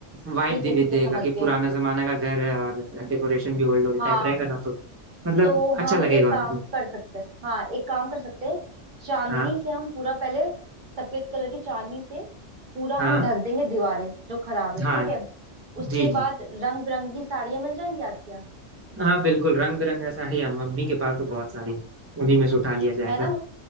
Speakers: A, on the right (about 20°); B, on the right (about 40°).
A: वाइब
B: ठीक है
A: भी
B: ठीक
A: देगा
B: है समझ
A: कि
B: गए
A: पुराना जमाना का घर है और डेकोरेशन भी ओल्ड ओल्ड
B: हाँ
A: टाइप रहेगा ना तो मतलब
B: तो
A: अच्छा
B: हम
A: लगेगा
B: एक काम
A: उनको
B: कर सकते हैं हाँ एक काम कर सकते हैं चांदनी
A: हाँ
B: से हम पूरा पहले सफेद कलर की चांदनी से पूरा
A: हाँ
B: हम ढक देंगे दीवारें जो खराब है ठीक
A: हाँ
B: है उसके
A: जी जी
B: बाद रंग बिरंगी साड़ियाँ मिल जाएंगी आपके यहाँ
A: हाँ बिल्कुल रंग बिरंगा साड़ी है मम्मी के पास तो बहुत सारी है। उन्हीं में से उठा लिया जाएगा
B: है ना